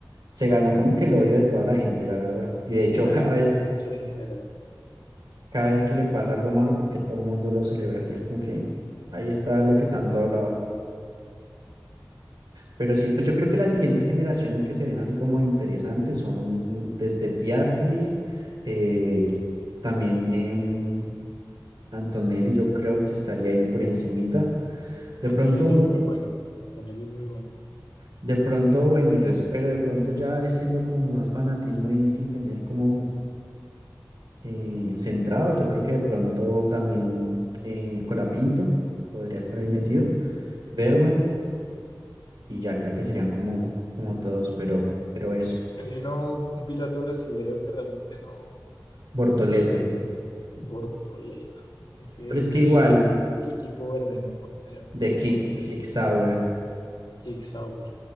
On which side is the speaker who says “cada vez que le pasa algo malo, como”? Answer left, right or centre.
Right